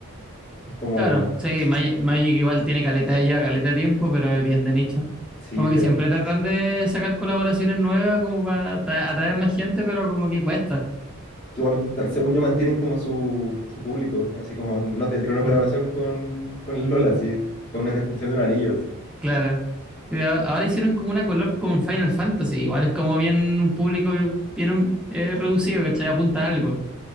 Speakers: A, on the left (about 30°); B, in the centre.
A: Es como,
B: Claro, sí,
A: sí,
B: Magi- Magic igual tiene caleta ya, caleta de tiempo, pero es bien de nicho.
A: sí,
B: Como
A: es que,
B: que siempre
A: que
B: tratan de sacar colaboraciones nuevas como para atra- atraer más gente, pero como que cuesta.
A: igual, ta- según yo, mantienen como su, su público. Así como no tendría una
B: Mm.
A: colaboración con, con el Lola, así, con una expresión de un anillo, así.
B: Claro. Sí, a- ahora hicieron como una collab con Final Fantasy. Igual es como bien un público bien um, eh, reducido, ¿cachai? Apunta a algo.